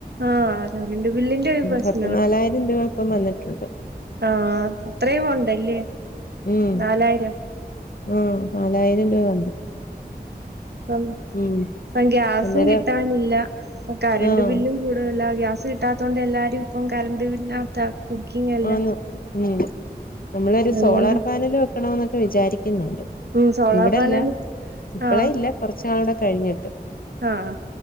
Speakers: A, on the right; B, on the left.
A: ആഹ് കറണ്ട് ബില്ലിന്റെ ഒരു പ്രശ്നമുണ്ട്
B: പത്തു നാലായിരം ുകൾൊപ്പം വന്നട്ടണ്ട്
A: ആഹ് അത്രയും ഉണ്ടല്ലേ
B: ഉം
A: നാലായിരം
B: ആഹ് നാലായിരം രൂപ വന്നു
A: ആഹ്
B: ഉം
A: ആഹ് ഗ്യാസും
B: അന്നേരം
A: കിട്ടാനില്ല കറണ്ട്
B: ആഹ്
A: ബില്ലും കൂടുതല ഗ്യാസ് കിട്ടാത്ത കൊണ്ട് എല്ലാരും ഇപ്പം കറണ്ട് പിന്നത്ത കുക്കിങ് എല്ലാം
B: ആന്ന് ഉം നമ്മളൊരു
A: അതുകൊണ്ട്
B: സോളാർ പാനല് വെക്കണന്നൊക്കെ വിചാരിക്കുന്നുണ്ട്
A: ഉം സോളാർ
B: ഇവിടെല്ല
A: പാനൽ
B: ഇപ്പളേ
A: ആഹ്
B: ഇല്ല കുറച്ചു നാളോടെ കഴിഞ്ഞിട്ട്
A: ആഹ്